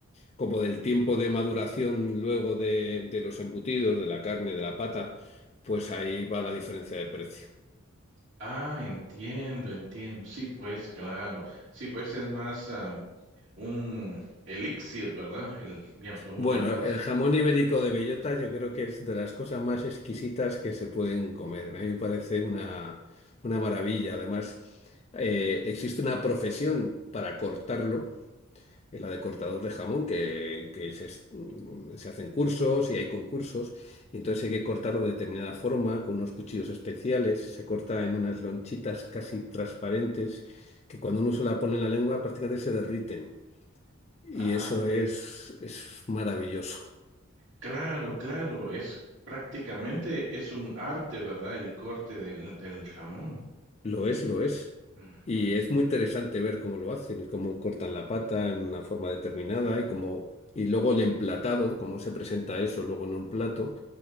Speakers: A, on the left; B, on the right.
A: como del tiempo de maduración luego de, de los embutidos, de la carne, de la pata, pues ahí va la diferencia de precio.
B: Ah, entiendo, entiendo. Sí, pues claro. Sí, pues es más am, un elixir, ¿verdad? El, ya podemos
A: Bueno,
B: llamar
A: el
B: eso.
A: jamón ibérico de bellota yo creo que es de las cosas más exquisitas que se pueden comer. A mí me parece una, una maravilla. Además, eh, existe una profesión para cortarlo la de cortador de jamón, que, que se, es- mm, se hacen cursos y hay concursos, y entonces hay que cortarlo de determinada forma, con unos cuchillos especiales, se corta en unas lonchitas casi transparentes, que cuando uno se la pone en la lengua prácticamente se derriten. Y
B: Ah,
A: eso es, es maravilloso.
B: claro, claro. Es prácticamente es un arte, ¿verdad? El corte del, del jamón.
A: Lo es, lo es.
B: Ujú.
A: Y es muy interesante ver cómo lo hacen y cómo cortan la pata en una forma determinada y cómo, y luego el emplatado, cómo se presenta eso luego en un plato.